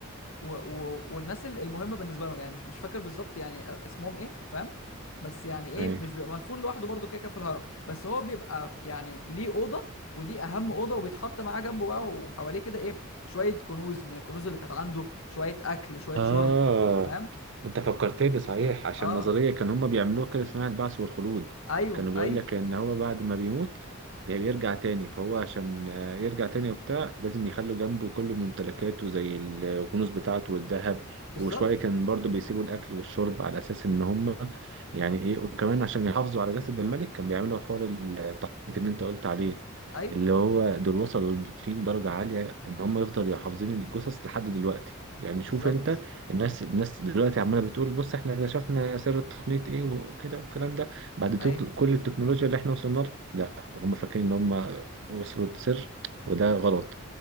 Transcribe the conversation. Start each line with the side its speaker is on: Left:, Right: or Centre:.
Left: و... و... والناس ال- المهمه بالنسبه لهم يعني مش مش فاكر بالظبط يعني اسمهم ايه فاهم بس يعني ايه
Right: ايوه
Left: مش بيبقى مدفون لوحده برضه كده كده في الهرم بس هو بيبقى يعني ليه اوضه ودي اهم اوضه وبيتحط معاه جنبه بقى وحواليه كده ايه شويه كنوز من الكنوز اللي كانت عنده شويه اكل شويه
Right: آه
Left: شرب فاهم
Right: أنت فكرتني صحيح عشان
Left: اه
Right: نظرية كان هما بيعملوها كده اسمها البعث والخلود
Left: ايوه
Right: كانوا بيقول
Left: ايوه
Right: لك إن هو بعد ما بيموت بي- بيرجع تاني فهو عشان آه، يرجع تاني وبتاع لازم يخلوا جنبه كل ممتلكاته زي الكنوز بتاعته والذهب
Left: بالظبط
Right: وشوية كان برضو بيسيبوا الأكل والشرب على أساس إن هما يعني إيه وكمان عشان يحافظوا على جسد الملك كان بيعملوا حوار التحنيط اللي أنت قلت عليه
Left: ايوه
Right: اللي هو دول وصلوا فيه لدرجة عالية إن هم يفضلوا حافظين الجثث لحد دلوقتي يعني شوف
Left: بالظبط
Right: أنت الناس الناس دلوقتي عماله بتقول بص احنا اكتشفنا سر التقنية ايه وكده والكلام ده بعد
Left: ايوه
Right: توك- كل التكنولوجيا اللي احنا وصلنا لها لا هم فاكرين ان هم وصلوا لسر وده غلط